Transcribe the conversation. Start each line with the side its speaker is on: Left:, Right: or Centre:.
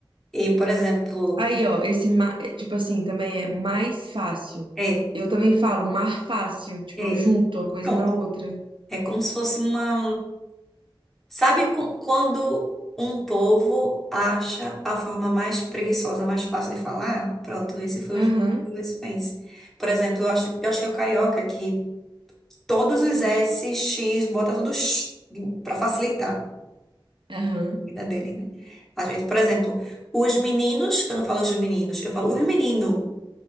Centre: E, por exemplo,
Right: Aí, ó, esse, ma- é, tipo assim, também é mais fácil.
Centre: é,
Right: Eu também falo mar fácil, tipo,
Centre: é,
Right: eu junto a coisa
Centre: pronto.
Right: na outra.
Centre: É como se fosse uma. Sabe co- quando um povo acha a forma mais preguiçosa, mais fácil de falar? Pronto, esse foi
Right: Aham,
Centre: o jeito que o Recife Por exemplo, eu acho, eu acho que é o carioca que todos os S, X, bota tudo para facilitar a
Right: aham.
Centre: vida dele, né? A gente, por exemplo, os meninos, eu não falo os meninos, eu falo os meninos.